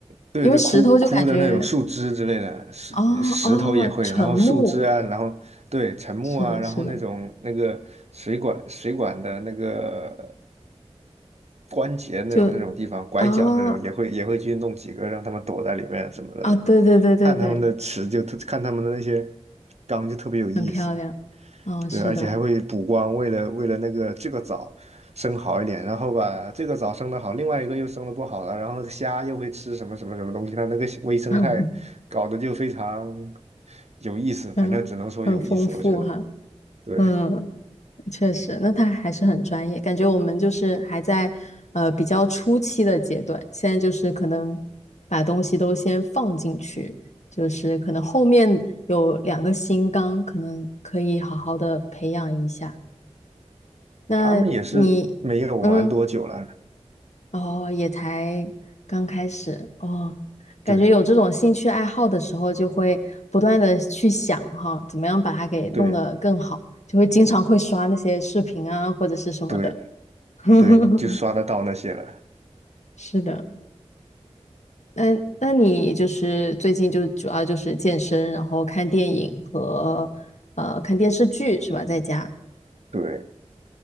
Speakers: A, on the right (about 65°); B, on the left (about 75°).
A: 对对，
B: 因为石头就感觉，
A: 枯枯的那种树枝之类的，石石头也会，
B: 哦哦，沉木，
A: 然后树枝啊，然后对沉木啊，
B: 是的，
A: 然后那种那个水管水管的那个
B: 是的，
A: 关节那种那种地方，
B: 就
A: 拐角那种也会也会去弄几个，
B: 啊
A: 让他们躲在里面什么的那种
B: 啊，对对对对对，
A: 看他们的池就特看他们的那些缸就特别有意思。
B: 很漂亮，嗯、
A: 对，
B: 是的，
A: 而且还会补光，为了为了那个这个藻生好一点，然后把这个藻生的好，另外一个又生的不好了，然后那个虾又会吃什么什么什么东西，它那个微生态搞得就非常
B: <laughs>
A: 有意思，
B: 很很丰富哈，
A: 反正只能说有意思，我觉得。对，
B: 嗯。确实，那他还是很专业，感觉我们就是还在呃比较初期的阶段，现在就是可能把东西都先放进去，就是可能后面有两个新纲，可能可以好好的培养一下。那你，
A: 他们也是没有玩多久了，
B: 嗯，哦，也才刚开始哦，感觉有这种兴趣爱好的时候，
A: 对
B: 就会不断的去想哈，怎么样把它给弄得更好，
A: 对
B: 就会经常会刷那些视频啊，或者是什么的。
A: 对
B: <laughs>
A: 对，你就刷得到那些了。
B: 是的，那那你就是最近就主要就是健身，然后看电影和呃看电视剧是吧？在家
A: 对，